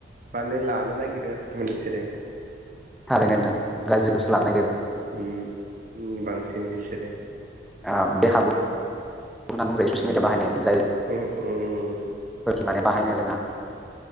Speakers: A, on the right; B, in the centre.
A: माने लानो नागिरो आरो थारमाने बिसोरो।
B: थारैनो नोंथां गाज्रिखौसो लानो नागिरो।
A: उम उम बांसिन बिसोरो
B: आ बे खाबु बुंना बुंजायो ससियेल मिडिया बाहायनाय जायो।
A: ओ ओ ओ
B: फोरखिं माने बाहायनो रोङा।